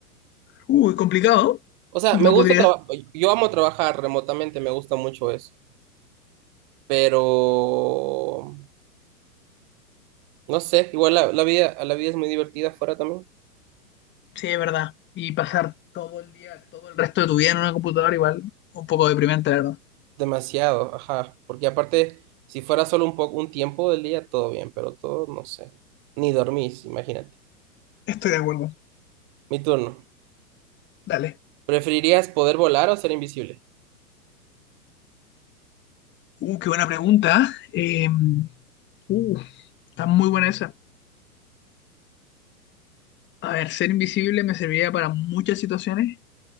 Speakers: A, on the left (about 25°); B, on the right (about 30°).
A: Uy, complicado.
B: O sea,
A: No
B: me gusta
A: podría
B: trabajar, yo amo trabajar remotamente, me gusta mucho eso. Pero, no sé, igual la, la vida, la vida es muy divertida fuera también.
A: Sí, es verdad. Y pasar todo el día, todo el resto de tu vida en una computadora igual, un poco deprimente, la verdad.
B: Demasiado, ajá. Porque aparte, si fuera solo un poco, un tiempo del día, todo bien, pero todo, no sé. Ni dormís, imagínate.
A: Estoy de acuerdo.
B: Mi turno.
A: Dale.
B: ¿Preferirías poder volar o ser invisible?
A: Uh, qué buena pregunta. Eh, uh, está muy buena esa. A ver, ser invisible me serviría para muchas situaciones,